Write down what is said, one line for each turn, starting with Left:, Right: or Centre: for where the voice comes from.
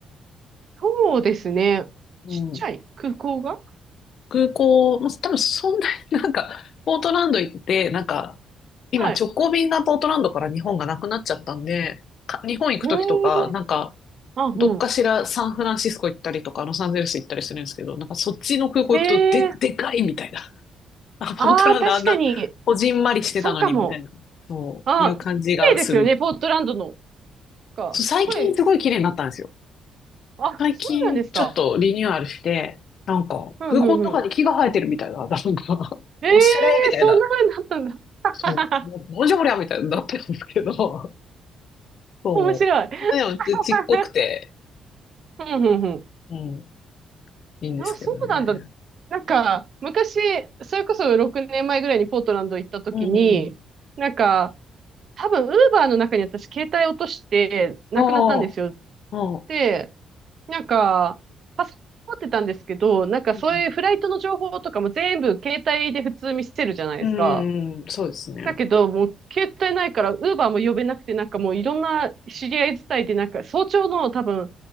Right: そうですね。
Left: うん。
Right: ちっちゃい空港が
Left: 空港、まあ、多分そんなになんか、ポートランド行って、なんか、今直行便がポートランドから日本がなくなっちゃったんで、
Right: はい。
Left: か日本行くときとか、
Right: へえ。
Left: なんか、
Right: あ、うん。
Left: どっかしらサンフランシスコ行ったりとか、ロサンゼルス行ったりするんですけど、なんかそっちの空港行くとで、
Right: へえ。
Left: でかいみたいな。あ、ポートランドあんな、
Right: ああ、確かに。
Left: こじんまりしてたのにみたいな、
Right: そうかも。
Left: そういう感じがする。
Right: あ、綺麗ですよね、ポートランドの。か、
Left: そう最近すごい綺麗になったんですよ。
Right: すごい、あ、
Left: 最近ちょっとリニューアルして、
Right: そうなんですか。
Left: なんか、
Right: うん、
Left: 空港の中に木が生えてるみたいな、
Right: うん、うん。
Left: なんか、<laughs>
Right: ええーそんな風になったんだ。
Left: おしゃれみたいな。
Right: <laughs>
Left: そう。ななんじゃこりゃみたいになってるんですけど。そう。
Right: 面白い。<laughs>
Left: でも、ちっこくて、
Right: うん、うん、うん。
Left: うん、いいんですけどね。
Right: あ、そうなんだ。なんか、昔、それこそ6年前ぐらいにポートランド行った時に、
Left: うんうん。
Right: なんか、多分、ウーバーの中に私、携帯落として、なくなったんですよ。
Left: ああ、ああ。
Right: で、なんか、パソコン持ってたんですけど、なんかそういうフライトの情報とかも全部携帯で普通見せるじゃないですか。
Left: うん、うんうんそうですね。
Right: だけど、もう携帯ないから、ウーバーも呼べなくて、なんかもういろんな知り合い伝いで、なんか早朝の多分、